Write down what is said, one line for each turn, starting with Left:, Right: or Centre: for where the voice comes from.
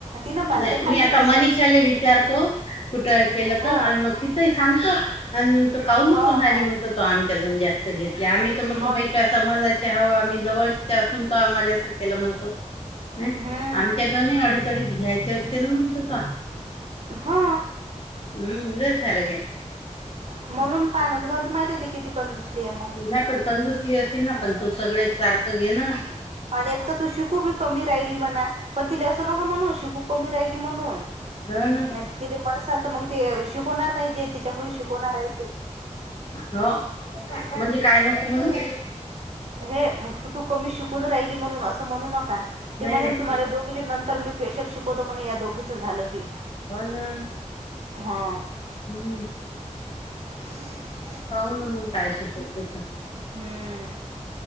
Right: तिनं पाचशे
Left: नाही
Right: खाल्लेच
Left: मी आता मनषाला
Right: असेल
Left: विचारतो. कुठे केलं
Right: हो
Left: तर आणि मग तिथंही सांगत आणि न काउनसोन
Right: हो हो
Left: आली म्हणत. आमच्यातून जास्त घेतले आम्ही म्हणतो
Right: मग
Left: बा. समाजाचे हवा आम्ही जवळच्या असून तो आम्हाला असं केलं म्हणतो. ह
Right: हम्म
Left: आमच्या दवनही अडीच अडीच घ्यायचे असते ना म्हण तस.
Right: हा.
Left: हम्म सलग
Right: म्हणून पान तुम्हा माहिती येते किती पण दुसली आहे मग
Left: नाही पण कंजुसली असे ना पण तू सगळ्या सारखं घे ना.
Right: आणि एक तर तू शिकू बी कमी राहिली म्हणा. पण तिला असं नको म्हणून शिकू कमी राहिली म्हणून
Left: हो ना
Right: नाही ति पण असल तर मग ते शिकवणार नाही जे तच्याडून शिकवणार आहे ते
Left: हो म्हणजे काय नको म्हणून
Right: हे मग तू कमी शिकून राहिली म्हणून असं म्हणू नका
Left: नाही
Right: ते म्हणेन
Left: नाही
Right: तुम्हाला दोघ. ली नंतर मी पेशल शिकवतो म्हणे या दोघीचं झालं की
Left: ह ना
Right: हा.
Left: हम्म.
Right: हम्.
Left: हो न मग काय शेत
Right: हम्म.